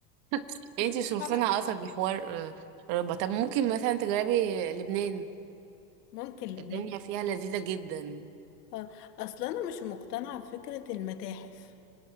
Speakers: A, on the right; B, on the left.
A: يعني
B: مش
A: انتي
B: مقتنعة
A: مش مقتنعة اصلا بحوار آه، ربع طب ممكن مثلا تجربي لبنان
B: ممكن لبنان
A: الدنيا فيها لذيذة جدا
B: اه اصلا انا مش مقتنعه بفكره المتاحف